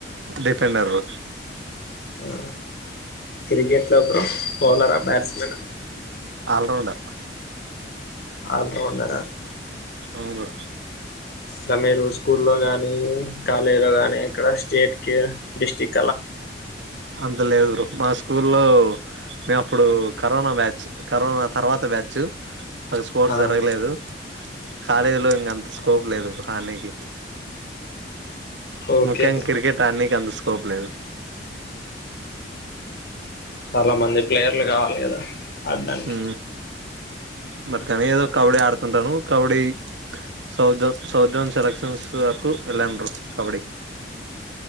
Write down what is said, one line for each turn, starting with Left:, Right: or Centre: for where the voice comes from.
Right: డిఫెండర్ బ్రో
Left: ఆ క్రికెట్ లో బ్రో బౌలరా బ్యాట్స్మెనా
Right: ఆల్ రౌండర్ క్క
Left: ఆ బ్రో ఉన్నారా
Right: అవును బ్రో
Left: తమిళ్ చూస్ స్కూల్లో గాని కాలేజ్లో గానీ ఏక్కడ స్టేట్ కే డిస్ట్రిక్ట్
Right: అంత లేదు బ్రో మా స్కూల్లో మేం ఇప్పుడు కరోనా బ్యాచ్ కరోనా తర్వాత బ్యాచు మాక్ స్పోర్ట్స్
Left: ఆ
Right: జరగలేదు కాలేజ్లో ఇంగంత స్కోప్ లేదు ఆడనికి
Left: ఓకే
Right: ముఖ్యంగా
Left: బ్రో
Right: క్రికెట్ ఆడనికి అంత స్కో స్కోప్ లేదు
Left: చాలా మంది ప్లేయర్లు కావాలి కదా ఆడ్డానికి
Right: హు మట్కని ఏదో కబడ్డీ ఆడుతుంటాను kabaddi south zone south zone selections వరకు వెళ్ళాను బ్రో కబడ్డీ